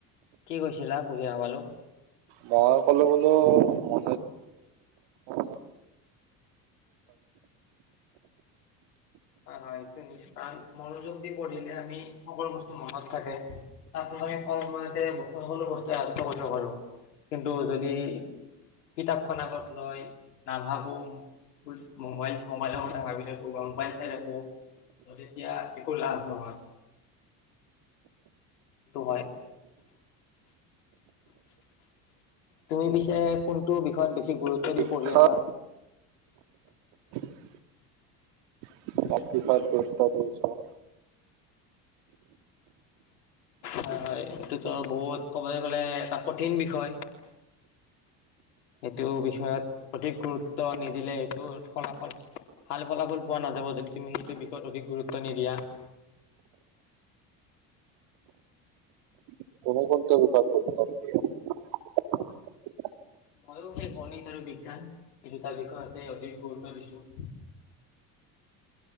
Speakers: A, on the left; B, on the right.
A: কি কৈছিলা বুজি হাবালো।
B: মই ক'লো বোলো মো ম
A: হয় হয় সেইটোৱে নিশ্চয় কাৰ মনোযোগদি পঢ়িলে আমি সকলো বস্তু মনত থাকে তাৰপিছত আমি কম সময়তে সকলো বস্তু আয়ত কৰিব পাৰো কিন্তু যদি কিতাপখন আগত লৈ নাভাবো মবাইল মবাইলৰ কথা ভাবিলে ত গম মোবাইল চাই থাকো তেতিয়া একো লাভ নহয়। সেইটো হয়। তুমি পিছে কোনটো বিষয়ত বেছি গুৰুত্ব দি
B: পৰীক্ষাত
A: পঢ়ি আছা?
B: <unintelligible> গুৰুত্ব দি আছোঁ।
A: হয় হয় এইটোতো বহুত ক'বলৈ গ'লে এটা কঠিন বিষয়। সেইটো বিষয়ত অধিক গুৰুত্ব নিদিলে, ফলাফল ভাল ফলাফল পোৱা নাযাব যদি তুমি সেইটো বিষয়ত অধিক গুৰুত্ব নিদিয়া।
B: <unintelligible>
A: ময় সেই গণিত আৰু বিজ্ঞান কিন্তু তাৰ বিষয়তে অধিক গুৰুত্ব দিছো।